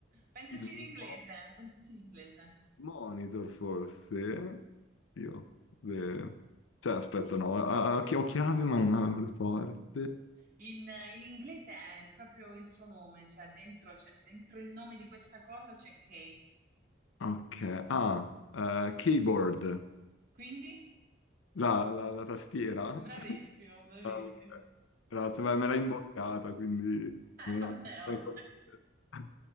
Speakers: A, on the right; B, on the left.
A: Pensaci
B: Il...
A: in inglese, pensaci in inglese.
B: Monitor forse? Io. eh, Cioè, aspetta, no, ah, ah, chi- ho chiavi ma non ho le porte.
A: In, in inglese è proprio il suo nome, cioè dentro, c'è- dentro il nome di questa cosa c'è Kay.
B: Ok, ah, eh, keyboard,
A: Quindi?
B: la, la- la tastiera.
A: Bravissimo,
B: <laughs>
A: bravissimo.
B: Ah, ok. Grazie,
A: <laughs>
B: beh, me l'hai imboccata, quindi... Però-
A: Vabbè,
B: <laughs>
A: oh.